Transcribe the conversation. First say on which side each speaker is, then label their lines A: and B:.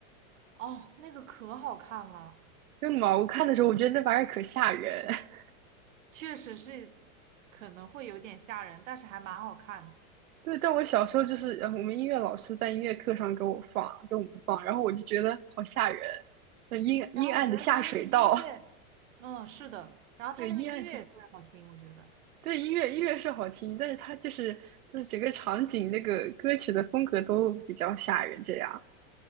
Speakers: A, on the right (about 60°); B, on the right (about 80°).
A: 哦，那个可好看了，
B: 真的吗？我看的时候，我觉得那玩意儿可吓人。<laughs>
A: 确实是可能会有点吓人，但是还蛮好看的。
B: 对，但我小时候就是呃我们音乐老师在音乐课上给我放，给我们放，然后我就觉得好吓人，那阴阴暗的下水道，
A: 然后我觉得他那个音乐，嗯，是的，
B: <laughs>
A: 然后他那个音乐也特别好听，
B: 对，阴暗下，
A: 我觉得。
B: 对，音乐音乐是好听，但是它就是就是整个场景那个歌曲的风格都比较吓人，这样。